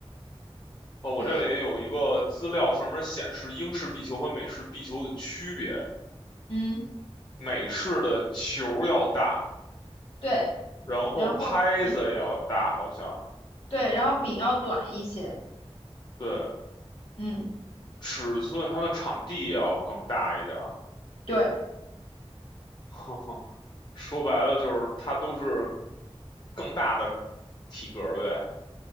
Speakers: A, on the left; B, on the left.
A: 哦，
B: 对，
A: 我这里也有一个资料，上面显示英式壁球和美式壁球的区别。
B: 嗯，
A: 美式的球要大，
B: 对，
A: 然后拍子也要大，
B: 然后饼，
A: 好像
B: 对，然后饼要短一些。
A: 对，
B: 嗯，
A: 尺寸它的场地也要更大一点儿。
B: 对
A: <laughs> 说白了就是它都是更大的体格儿呗。